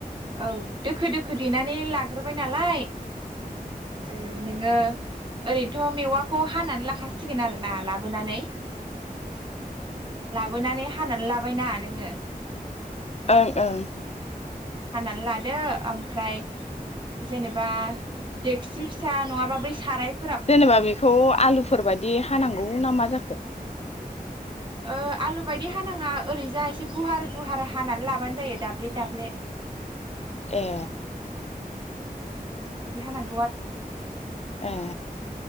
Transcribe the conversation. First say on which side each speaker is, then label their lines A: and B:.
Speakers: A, on the right (about 30°); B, on the left (about 45°).
A: औ दोखो दोखो देनानै लाग्रोबाय नालाय ओ नोङो ओरैनोथ' मेवाखौ हानानै लाखासिगोन आरो ना लाबोनानै लाबोनानै हानानै लाबायना नोङो
B: ओं ओं
A: हानानै लादो ओमफ्राय जेनेबा देखसि फिसा नङाबा बै साराय
B: जेनेबा बेखौ आलुफोर बायदि हानांगौ ना मा जाखो <inaudible>
A: ओ आलु बायदि हानाङा ओरैजाय एसे गुवार गुवार हानानै लाबानो जायो दाब्ले दाब्ले
B: ए
A: बिदि हानां
B: ए